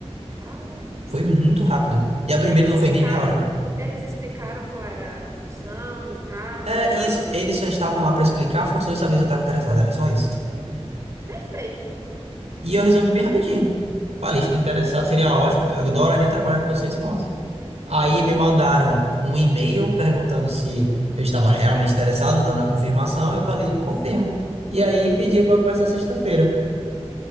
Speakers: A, on the right (about 25°); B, on the right (about 70°).
A: Caraca.
B: Foi muito rápido. E a primeira
A: Eles
B: não
A: explicaram,
B: foi nem meia hora.
A: eles explicaram qual era a função do cargo e
B: É
A: tal.
B: isso, eles só estavam lá para explicar a função e saber se eu estava interessado, era só isso.
A: Perfeito.
B: E eu resolvi bem rapidinho. Falei, estou interessado, seria ótimo, eu adoraria trabalhar com vocês, ponto. Aí me mandaram um e-mail perguntando se eu estava realmente interessado, dando a confirmação. Eu falei, confirmo. E aí pediram para começar sexta-feira.